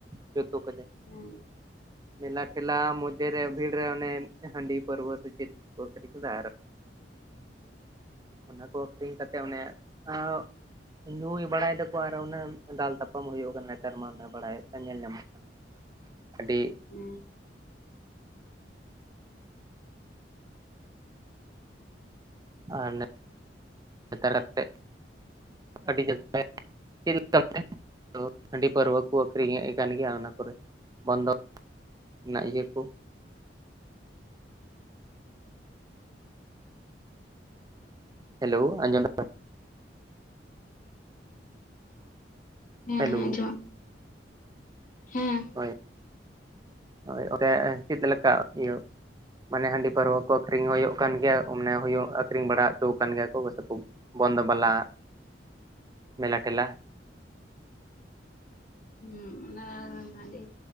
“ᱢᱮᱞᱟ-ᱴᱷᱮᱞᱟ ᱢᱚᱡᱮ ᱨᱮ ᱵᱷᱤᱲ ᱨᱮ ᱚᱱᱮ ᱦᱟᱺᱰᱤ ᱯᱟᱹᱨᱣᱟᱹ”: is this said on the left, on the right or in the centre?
Right